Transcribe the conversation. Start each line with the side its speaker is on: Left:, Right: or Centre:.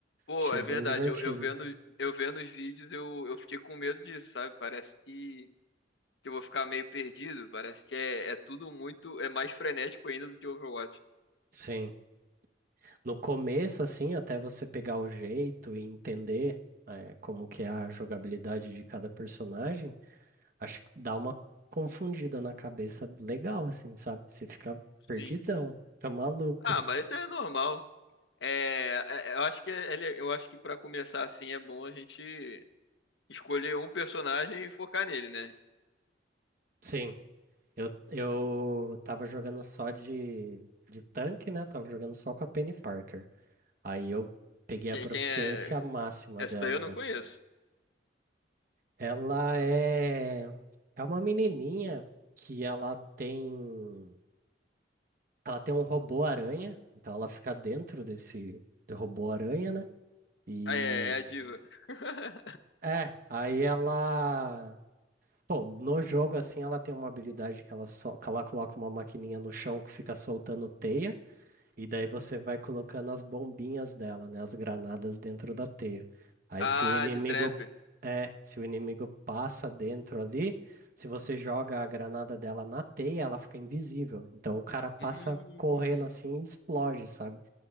Left: Pô,
Right: achei
Left: é
Right: bem
Left: verdade.
Right: divertido.
Left: Eu, eu vendo, eu vendo os vídeos, eu, eu fiquei com medo disso, sabe? Parece que, que eu vou ficar meio perdido. Parece que é, é tudo muito, é mais frenético ainda do que Overwatch.
Right: Sim. No começo assim, até você pegar o jeito e entender eh, como que é a jogabilidade de cada personagem, acho que dá uma confundida na cabeça legal assim, sabe? Você fica perdidão,
Left: Sim.
Right: fica maluco.
Left: Ah, mas isso é normal. É, é- é, eu acho que ele, eu acho que para começar assim é bom a gente escolher um personagem e focar nele, né?
Right: Sim. Eu, eu tava jogando só de, de tanque, né? Tava jogando só com a Penny Parker. Aí eu peguei a
Left: Quem,
Right: proficiência
Left: quem é?
Right: máxima
Left: Essa
Right: dela
Left: daí eu não
Right: lá.
Left: conheço.
Right: Ela é, é uma menininha que ela tem, ela tem um robô aranha, então ela fica dentro desse do robô aranha, né? E
Left: Ah, é, é a diva. <laughs>
Right: é, aí ela, bom, no jogo assim ela tem uma habilidade que ela só, que ela coloca uma maquininha no chão que fica soltando teia. E daí você vai colocando as bombinhas dela, né? As granadas dentro da teia. Aí
Left: Ah,
Right: se o inimigo
Left: de trap.
Right: é, se o inimigo passa dentro ali, se você joga a granada dela na teia, ela fica invisível. Então o cara passa
Left: Hum,
Right: correndo assim e explode, sabe?